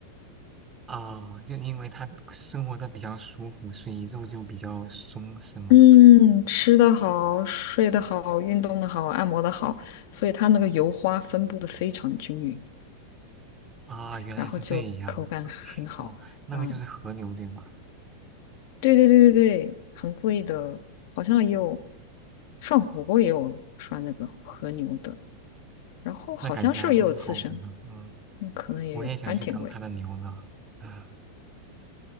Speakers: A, on the right; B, on the left.
A: 啊，就因为他生活的比较舒服，所以肉就比较松，是吗？
B: 嗯，吃的好，睡得好，运动的好，按摩的好，所以它那个油花分布的非常均匀，
A: 啊，原来是这样啊。
B: 然后就口感很好啊，
A: 哦，那个就是和牛，对吧？
B: 对对对对对，很贵的，好像也有涮火锅也有涮那个和牛的。然后好像是不是也有刺身？
A: 那感觉还挺好的呢。嗯。
B: 那可能也有，
A: 我也想去当他的牛呢。
B: 反正挺贵。
A: <laughs>